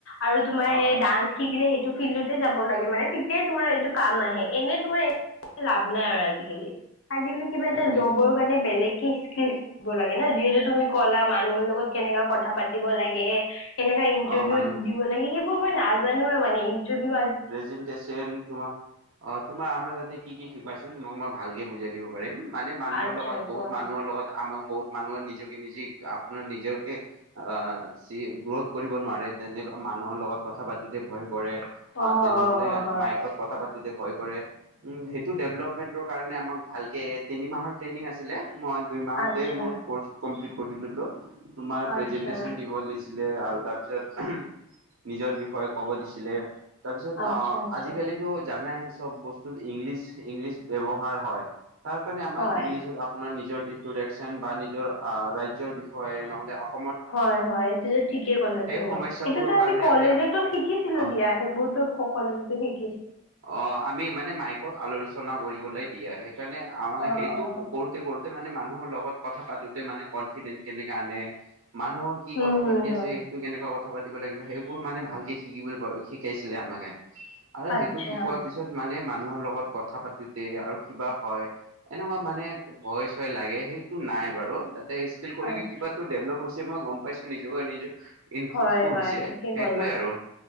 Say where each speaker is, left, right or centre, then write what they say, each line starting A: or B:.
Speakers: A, on the left; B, on the right.
A: আৰু তোমাৰ
B: অ
A: সেই
B: অ
A: ডান্স শিকিলে সে এইটো ফিল্ডতে যাব লাগে । মানে, তেতিয়াই তোমাৰ এইটো কাম আহে, এনেই তোমাৰ লাভ নাই আৰু আজি-কালি, আজি-কালি কিবা
B: উম
A: এটা
B: সেইটো
A: জ্ববৰ কাৰণে বেলেগ কি, স্কিল শিকিব লাগে না । যিহেতু তুমি ক'লা, মানুহৰ লগত কেনেকা কথা পাতিব লাগে । কেনেকা ইণ্টাৰভিউ
B: অ মানুহ
A: দিব লাগে সেইবোৰ মই নাজানোৱে মানে, ইণ্টাৰভিউ
B: প্ৰেজেণ্টেচন, তোমাক অ, তোমাৰ, আমাৰ তাতে কি কি শিকাইছিল মোক মই ভালকে বুজাই দিব পাৰিম ।মানে, মানুহৰ
A: আচ্ছা
B: লগত, বহুত
A: কোৱা
B: মানুহৰ লগত, আমাৰ বহুত মানুহে নিজকে নিজে কাম আপোনাৰ নিজকে অঁ, সি গ্ৰৌথ কৰিব নোৱাৰে । তেনেকে মানুহৰ লগত কথা পাতোটে ভয় কৰে। আ
A: অ
B: তেনেহ'লে
A: অ হয়
B: মাইকত কথা পাতি তোটে ভয় কৰে । উম, সেইটো ডেভল্পমেণ্টৰ কাৰণে আমাক ভালকে তিনিমাহৰ ট্ৰেইনিং আছিলে। মই দুই মাহটে
A: আচ্ছা
B: মোৰ কৰ্চ কমপ্লিট কৰি দিছিলো । তোমাৰ প্ৰেজেন্টেচন
A: আচ্ছা
B: দিব দিছিলে আৰু তাৰ প্‌ পিছত নিজৰ বিষয়ে ক'ব দিছিলে । তাৰপিছত
A: আচ্ছা
B: আঁ,
A: আচ্ছা
B: আজি-কালিটো জানাই, চব বস্তুত ইংলিছ, ইংলিছ ব্যৱ হাৰ হ'য় । তাৰ কাৰণে আমাক
A: হয়
B: ইংলিছত আপোনাৰ নিজৰ ইণ্ট্ৰডাকশ্যন বা নিজৰ ৰাজ্যৰ বিষয়ে নহ'লে অস্‌-
A: হ'য়, হ'য় এইতোটো ঠিকে ক'লা তুমি।
B: এই সমস্যাবোৰৰ
A: সেইতোটো
B: কাৰণে
A: আমি কলেজতো শিকিছিলো
B: অ
A: দিয়া। সেইবোৰটো সকলোৱে যে শিক্‌
B: অঁ, আমি মানে, মাইকত আলোৰচনা কৰিবলৈ দি আহে। সেইকাৰণে আমাৰ
A: অ
B: সেইটো
A: অ
B: কৰোতে, কৰোতে মানে, মান্‌ মানুহৰ লগত কথা পাতোটে, মানে, কন্‌ফিডেণ্ট কেনেকে আনে মানুহৰ কি
A: উম
B: কথা
A: হম
B: পাতি
A: হম
B: আছে, সেইটো কেনেকুৱা কথা পাতিব লাগিব। সেইবোৰ মানে ভালকে শিক্‌ শিকিবলৈ পাৰো। শিকাইছিলে আমাকে আৰু
A: আচ্ছা
B: সেইটো শিকোৱাৰ পিছত মানে মানুহৰ লগত কথা পাতোটে আৰু কিবা হ'য়। এনেকুৱা মানে ভয় -চয় লাগে। সেইটো নাই বাৰু । তাতে স্কিল কৰিকে
A: আ-
B: কিবাটো ডেভল্প হৈছে, মই গম পাইছোঁ । নিজকে নিজক ইনপ্ৰুভটো
A: হয় হয়
B: হৈছে।
A: ঠিকেই
B: সেইটোৱে
A: ক'লা
B: আৰু